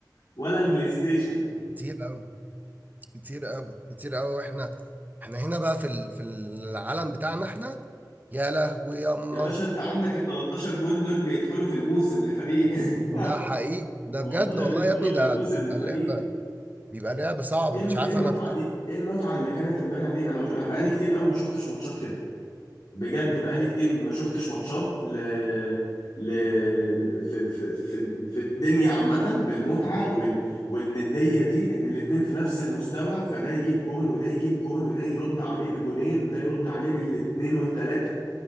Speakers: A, on the left; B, on the right.
A: ولا البلاي ستيشن
B: كتير قوي كتير قوي كتير قوي واحنا احنا هنا بقى في ال... في العالم بتاعنا احنا يا لهوي ياما
A: يا باشا انت عندك ال 13 جون دول بيدخلوا في الموسم لفريق <laughs>
B: ده حقيقي ده
A: والله
B: بجد والله
A: بيدخلوا
B: يا ابني
A: في
B: ده
A: الموسم
B: بيبقى
A: لفريق
B: لعبة بيبقى لعبة صعبة
A: ايه الم-
B: مش عارف
A: إيه المتعة
B: انا
A: دي؟ ايه المتعة اللي كانت امبارح دي؟ انا مش... انا بقالي كتير قوي ما شفتش ماتشات كده بجد بقالي كتير ما شفتش ماتشات ل... ل... ل- في في في في الدنيا عامة بالمتعة وال... والندية دي ان الاتنين في نفس المستوى فده يجيب جون وده يجيب جون وده يرد عليه بجونين وده يرد عليه بالاتنين والتلاتة